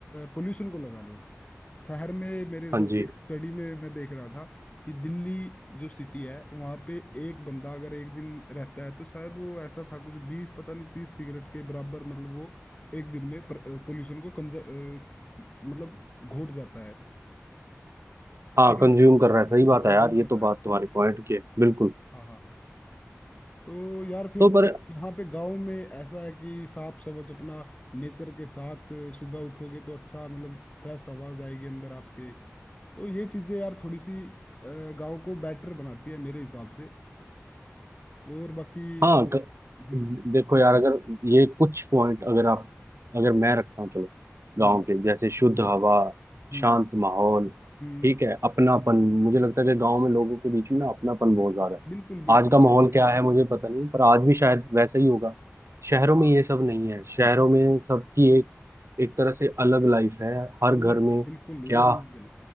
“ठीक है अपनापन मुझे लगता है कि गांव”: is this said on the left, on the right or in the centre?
Right